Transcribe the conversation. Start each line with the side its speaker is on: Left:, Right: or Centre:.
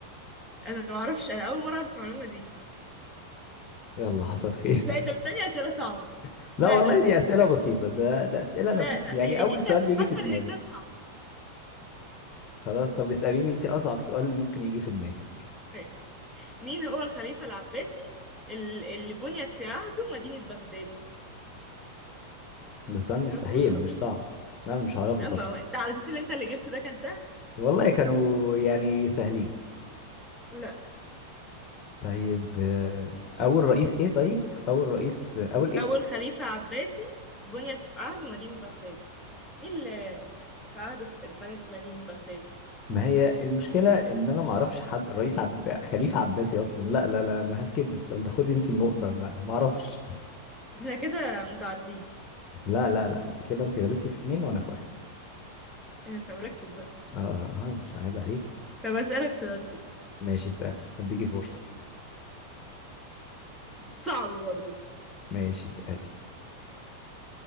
Centre: أنا ما أعرفش أنا أول مرة أعرف المعلومة دي
Left: يلا حصل خير
Centre: لا أنت بتسألني أسئلة صعبة
Left: <laughs> لا
Centre: لا
Left: والله
Centre: لا لا
Left: دي اسئلة بسيطة ده ده اسئلة انا
Centre: لا
Left: ب-
Centre: لا
Left: يعني
Centre: يعني
Left: اول
Centre: أنت
Left: سؤال بيجي
Centre: حتى
Left: في دماغي
Centre: الهنتات صعبة
Left: خلاص طب اسأليني انت اصعب سؤال ممكن يجي في دماغك
Centre: ماشي. مين هو الخليفة العباسي ال- اللي بنيت في عهده مدينة بغداد
Left: ده سؤال مستحيل
Centre: يا رب ما تعرفه
Left: مش صعب لا انا مش هعرفه
Centre: لا
Left: طب
Centre: ما هو أنت على أساس اللي أنت اللي جبته ده كان سهل
Left: والله كانوا يعني سهلين
Centre: لا
Left: طيب آه، اول رئيس ايه طيب اول رئيس اول ايه
Centre: أول خليفة عباسي بنيت في عهد مدينة بغداد مين اللي في عهده اتبنت مدينة بغداد
Left: ما هي المشكلة ان انا ما اعرفش حد رئيس عب... خليفة عباسي اصلا لا لا لا انا هسكيب السؤال ده خدي انت النقطة ما ما اعرفش
Centre: احنا كده متعادلين
Left: لا لا لا انت كده انت غلطتي في اتنين وانا في واحد
Centre: إيه، ده، انت مركز بقى
Left: اه اه مش عيب عليكي
Centre: طب أسألك سؤال تاني
Left: ماشي اسألي هديكي فرصة
Centre: صعب برضه
Left: ماشي اسألي